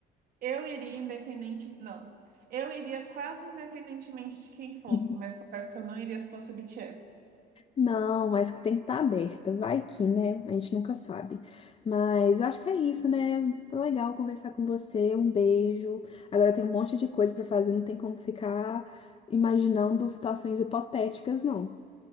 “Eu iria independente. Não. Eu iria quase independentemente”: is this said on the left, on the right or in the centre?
Right